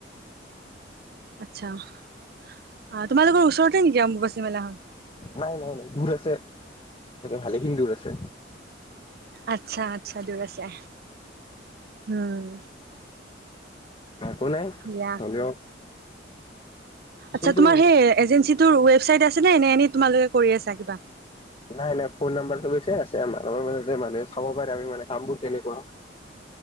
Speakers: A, on the right (about 55°); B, on the left (about 30°).
A: আচ্ছা আহ তোমালোকৰ ওচৰতে নেকি আম্বুবাচী মেলাখন?
B: নাই। নাই। নাই। দূৰ আছে। ভালেখিনি দূৰ আছে।
A: আচ্ছা। আচ্ছা। দূৰ আছে। উম।
B: একো নাই।
A: দিয়া
B: হ'লেও
A: আচ্ছা।
B: সেইটো
A: তোমাৰ সেই এজেন্সিত টোৰ ৱেবচাইট আছে নে? নে এনেই তোমালোকে কৰি আছা কিবা?
B: নাই। নাই। ফোন নাম্বাৰটো সৈতে আছে আমাৰ। আমাৰ মানে মানুহে চাব পাৰে, আমি মানে কামবোৰ কেনেকুৱা